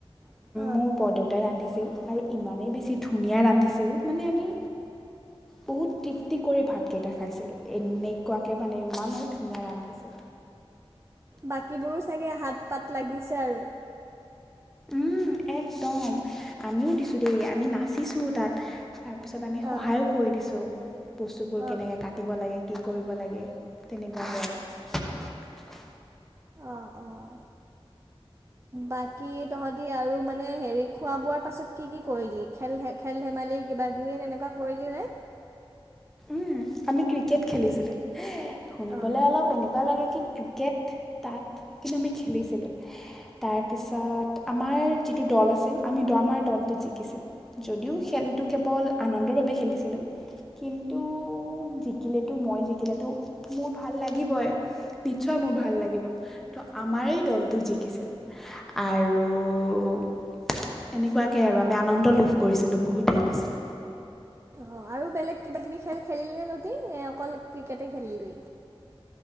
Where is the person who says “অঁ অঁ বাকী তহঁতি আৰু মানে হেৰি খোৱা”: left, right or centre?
Right